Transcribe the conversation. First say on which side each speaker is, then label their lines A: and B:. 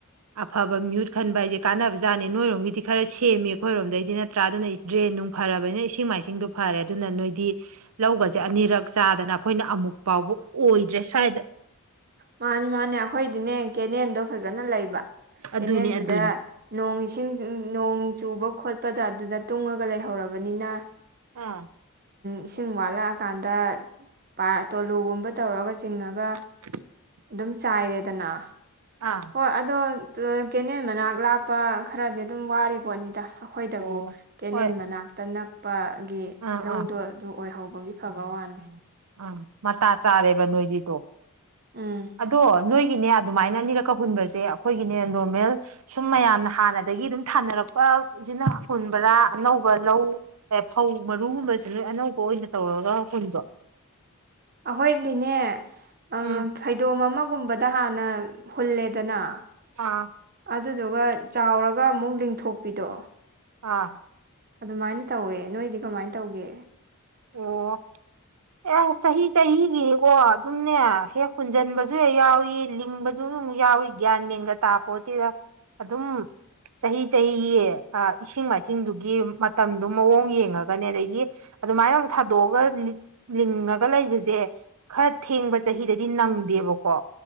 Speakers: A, on the right (about 75°); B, on the right (about 40°).
A: ꯑꯐꯕ ꯃꯤꯌꯨꯠ ꯈꯟꯕ ꯍꯥꯏꯁꯦ ꯀꯥꯟꯅꯕꯖꯥꯠꯅꯦ ꯅꯣꯏꯔꯣꯝꯒꯤꯗꯤ ꯈꯔ ꯁꯦꯝꯃꯦ ꯑꯩꯈꯣꯏꯔꯣꯝꯗꯩꯗꯤ ꯅꯠꯇ꯭ꯔꯥ ꯑꯗꯨꯅ__ ꯗ꯭ꯔꯦꯟ ꯅꯨꯡ ꯐꯔꯕꯅꯤꯅ ꯏꯁꯤꯡ ꯃꯥꯏꯁꯤꯡꯗꯣ ꯐꯔꯦ ꯑꯗꯨꯅ ꯅꯣꯏꯗꯤ ꯂꯧꯒꯁꯦ ꯑꯅꯤꯔꯛ__ ꯆꯥꯗꯅ ꯈꯣꯏꯅ ꯑꯃꯨꯛ ꯐꯥꯎꯕ ꯑꯣꯏꯗ꯭ꯔꯦ ꯁ꯭ꯋꯥꯏꯗ꯫
B: ꯃꯥꯅꯤ ꯃꯥꯅꯦ ꯑꯩꯈꯣꯏꯗꯤꯅꯦ ꯀꯦꯅꯦꯜꯗꯣ ꯐꯖꯅ ꯂꯩꯕ ꯀꯦꯅꯦꯜꯗꯨꯗ__
A: ꯑꯗꯨꯅꯤ ꯑꯗꯨꯅꯤ
B: ꯅꯣꯡ ꯏꯁꯤꯡ ꯅꯣꯡ ꯆꯨꯕ ꯈꯣꯠꯄꯗ ꯑꯗꯨꯗ ꯇꯨꯡꯉꯒ ꯂꯩꯍꯧꯔꯕꯅꯤꯅ__
A: ꯑꯥ꯫
B: ꯏꯁꯤꯡ ꯋꯥꯠꯂꯛꯑꯀꯥꯟꯗ ꯄ ꯇꯣꯂꯨꯒꯨꯝꯕ ꯇꯧꯔꯒ ꯆꯤꯡꯉꯒ__
A: <inaudible>
B: ꯑꯗꯨꯝ ꯆꯥꯏꯔꯦꯗꯅ
A: ꯑꯥ
B: ꯍꯣꯏ ꯑꯗꯣ ꯀꯦꯅꯦꯜ ꯃꯅꯥꯛ ꯂꯥꯞꯄ ꯈꯔꯗꯤ ꯑꯗꯨꯝ ꯋꯥꯔꯤꯄꯣꯠꯅꯤꯗ ꯑꯩꯈꯣꯏꯗꯕꯨ
A: ꯑꯣ
B: ꯀꯦꯅꯦꯟ
A: ꯍꯣꯏ
B: ꯃꯅꯥꯛꯇ ꯅꯛꯄꯒꯤ
A: ꯑꯥ
B: ꯂꯧꯗꯣ
A: ꯑꯥ
B: ꯑꯗꯨ ꯑꯣꯏꯍꯧꯕꯒꯤ ꯐꯕ ꯋꯥꯅꯤ
A: ꯑꯥ ꯃꯇꯥ ꯆꯥꯔꯦꯕ ꯅꯣꯏꯒꯤꯗꯣ
B: ꯎꯝ
A: ꯑꯗꯣ ꯅꯣꯏꯒꯤꯅꯦ ꯑꯗꯨꯃꯥꯏꯅ ꯑꯅꯤꯔꯛꯀ ꯍꯨꯟꯕꯁꯦ ꯑꯩꯈꯣꯏꯒꯤꯅꯦ ꯅꯣꯔꯃꯦꯜ ꯁꯨꯝ ꯃꯌꯥꯝꯅ ꯍꯥꯟꯅꯗꯒꯤ ꯑꯗꯨꯝ ꯊꯥꯅꯔꯛꯄꯁꯤꯅ ꯍꯨꯟꯕ꯭ꯔꯥ ꯑꯅꯧꯕ ꯂꯧ ꯑꯦ ꯐꯧ ꯃꯔꯨꯒꯨꯝꯕꯁꯦ ꯂꯣꯏ ꯑꯅꯧꯕ ꯑꯣꯏꯅ ꯇꯧꯔꯒ ꯍꯨꯟꯕ꯭ꯔ‌ꯣ
B: ꯑꯩꯈꯣꯏꯗꯤꯅꯦ ꯑ
A: ꯎꯝ
B: ꯐꯩꯗꯣꯝ ꯑꯃꯒꯨꯝꯕꯗ ꯍꯥꯟꯅ ꯍꯨꯜꯂꯦꯗꯅ
A: ꯑꯥ
B: ꯑꯗꯨꯗꯨꯒ ꯆꯥꯎꯔꯒ ꯑꯃꯨꯛ ꯂꯤꯡꯊꯣꯛꯄꯤꯗꯣ
A: ꯑꯥ
B: ꯑꯗꯨꯃꯥꯏꯅ ꯇꯧꯋꯦ ꯅꯣꯏꯗꯤ ꯀꯃꯥꯏꯅ ꯇꯧꯒꯦ
A: ꯑꯣ ꯑꯦ ꯆꯍꯤ ꯆꯍꯤꯒꯤꯀꯣ ꯑꯗꯨꯝꯅꯦ ꯍꯦꯛ ꯍꯨꯟꯖꯟꯕꯁꯨ ꯍꯦꯛ ꯌꯥꯎꯏ ꯂꯤꯡꯕꯁꯨ ꯑꯗꯨ ꯌꯥꯎꯋ ꯒ꯭ꯌꯥꯟ ꯃꯦꯟꯒ ꯇꯥꯄꯣꯠꯇꯗ ꯑꯗꯨꯝ ꯆꯍꯤ ꯆꯍꯤꯒꯤ ꯏꯁꯤꯡ ꯃꯥꯏꯁꯤꯡꯗꯨꯒꯤ ꯃꯇꯝꯗꯨ ꯃꯑꯣꯡ ꯌꯦꯡꯉꯒꯅꯦ ꯑꯗꯒꯤ ꯑꯗꯨꯃꯥꯏꯅ ꯑꯃꯨꯛ ꯊꯥꯗꯣꯛꯑꯒ ꯂꯤꯡꯉꯒ ꯂꯩꯕꯁꯦ ꯈꯔ ꯊꯦꯡꯕ ꯆꯍꯤꯗꯗꯤ ꯅꯪꯗꯦꯕꯀꯣ